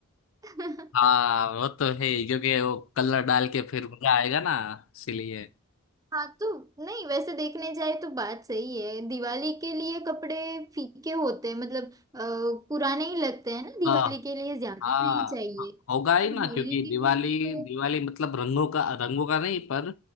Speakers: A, on the right; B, on the left.
A: <laughs>
B: हाँ वो तो है ही क्योंकि वो कलर डाल के फिर मजा आएगा ना इसीलिए
A: हाँ तो नहीं वैसे देखने जाए तो बात सही है दिवाली के लिए कपड़े फीके होते हैं मतलब अ, पुराने ही लगते हैं ना दिवाली
B: हाँ
A: के लिए ज्यादा
B: हाँ
A: नहीं चाहिए
B: हाँ, होगा ही
A: पर
B: ना
A: होली
B: क्योंकि
A: के
B: दिवाली
A: लिए तो
B: दिवाली मतलब रंगों का रंगों का नहीं पर